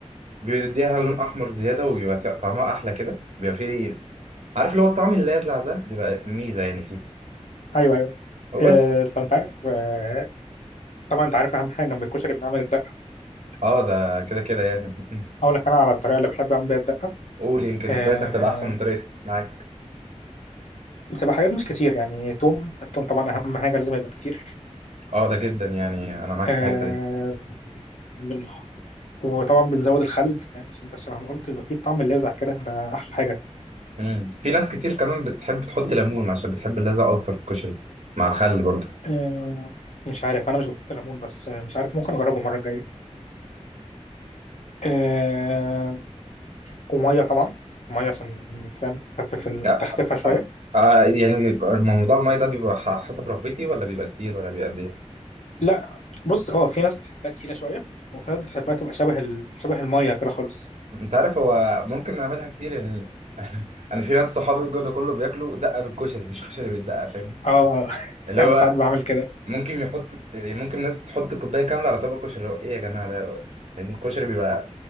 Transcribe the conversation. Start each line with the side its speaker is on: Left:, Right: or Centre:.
Right: بيديها لون أحمر زيادة وبيبقى طعمها أحلى كده بيبقى فيه عارف اللي هو الطعم اللاذع ده بيبقى ميزة يعني فيه
Left: ايوه ايوه
Right: وبس
Left: آه، طب انت عارف آه، طبعا انت عارف اهم حاجه جنب الكشري بنعمل الدقه
Right: اه ده كده كده يعني <laughs>
Left: اقول لك انا على الطريقه اللي بحب اعمل بيها الدقه
Right: قول يمكن
Left: آه،
Right: طريقتك تبقى أحسن من طريقتي معاك
Left: بتبقى حاجات مش كتير يعني توم التوم طبعا اهم حاجه لازم يبقى كتير
Right: اه ده جدا يعني أنا معاك
Left: آه،
Right: في الحتة دي
Left: بن- وطبعا بنزود الخل فاهم عشان انت شبه ما قلت يبقى فيه طعم اللاذع كده ده احلى حاجه
Right: مم. في ناس كتير كمان بتحب تحط ليمون عشان بتحب اللاذع أكتر في الكشري مع الخل برضه
Left: آه، مش عارف انا مش بحط ليمون بس آه، مش عارف ممكن اجربه المره الجايه آه، وميه طبعا ميه عشان فاهم تخفف ال-
Right: آه،
Left: تخففها شويه
Right: آه، آه، يعني بيبقى الموضوع المية ده بيبقى ح- حسب رغبتي ولا بيبقى كتير ولا بيبقى قد ايه
Left: لا بص اه في ناس بتحبها تقيله شويه وفي ناس بتحبها تبقى شبه ال... شبه الميه كده خالص
Right: انت عارف هو ممكن نعملها كتير يعني <laughs> انا في ناس صحابي الجو ده كله بياكلوا دقه بالكشري مش كشري بالدقه فاهم
Left: اه <laughs>
Right: اللي
Left: انا
Right: هو
Left: ساعات بعمل كده
Right: ممكن يحط يعني ممكن ناس بتحط كوبايه كامله على طبق كشري اللي هو ايه يا جماعه ده يعني الكشري بيبقى